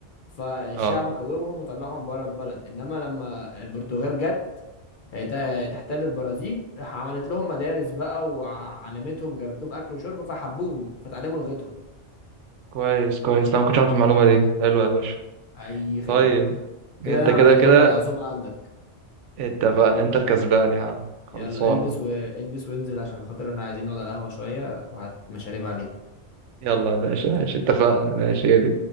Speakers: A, on the left; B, on the right.
A: فالشعب
B: أه
A: قومهم وطلعهم بره البلد انما لما البرتغال جت ت- تحتل البرازيل راح عملت لهم مدارس بقى وعلمتهم وجابت لهم اكل وشرب فحبوهم فتعلموا لغتهم
B: كويس كويس لا ما كنتش عارف المعلومة دي حلوة يا باشا
A: اي خدمه
B: طيب انت
A: كده
B: كده
A: انا
B: كده
A: ليا عزومه عندك
B: اتفقنا انت الكسبان يا عم خلصان
A: يلا البس والبس وانزل عشان خاطر انا عايزين نقعد على القهوه شويه وهات مشاريب عليك
B: يلا يا باشا ماشي اتفقنا ماشي هي دي